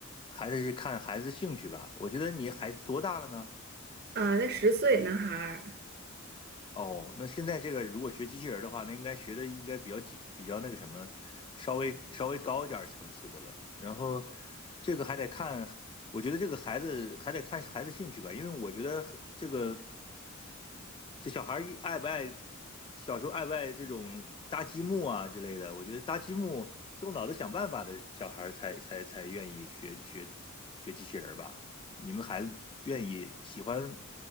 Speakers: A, on the left (about 25°); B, on the right (about 50°).
A: 还是看孩子兴趣吧。我觉得你孩子多大了呢？
B: <laughs> 啊？那十岁男孩儿。
A: 哦，那现在这个如果学机器人儿的话，那应该学的应该比较紧，比较那个什么，稍微稍微高一点儿层次的了。然后这个还得看，我觉得这个孩子还得看孩子兴趣吧，因为我觉得这个。这小孩儿一爱不爱，小时候爱不爱这种搭积木啊之类的？我觉得搭积木、动脑子想办法的小孩儿才才才愿意学学学机器人儿吧？你们孩子愿意喜欢